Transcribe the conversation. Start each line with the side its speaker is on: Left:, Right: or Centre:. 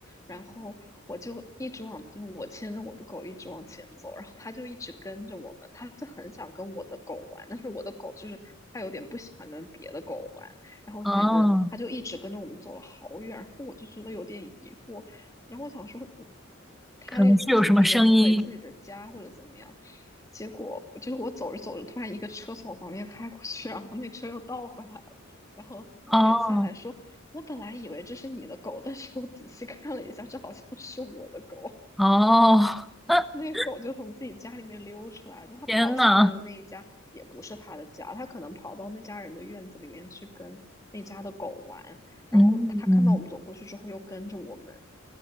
Left: 然后我就一直往，就是我牵着我的狗一直往前走，然后它就一直跟着我们，它就很想跟我的狗玩，但是我的狗就是它有点不喜欢跟别的狗玩，然后反正它就一直跟着我们走了好远，
Centre: 哦，
Left: 然后我就觉得有点疑惑。然后我想说，我他也总也不回自己的家或者怎么样。
Centre: 可能是有什么声音
Left: 结果我就是我走着走着，突然一个车从我旁边开过去，然后那车又倒回来了。然后那个人下来说：
Centre: 哦
Left: “我本来以为这是你的狗，但是我仔细看了一下，这好像是我的狗。”
Centre: 哦，<laughs>
Left: 那个狗就从自己家里面溜出来，就它跑出来的那一家也不是它的家，
Centre: 天呐，
Left: 它可能跑到那家人的院子里面去跟那家的狗玩。然后它看到我们走过去之后，
Centre: 嗯
Left: 又跟着我们，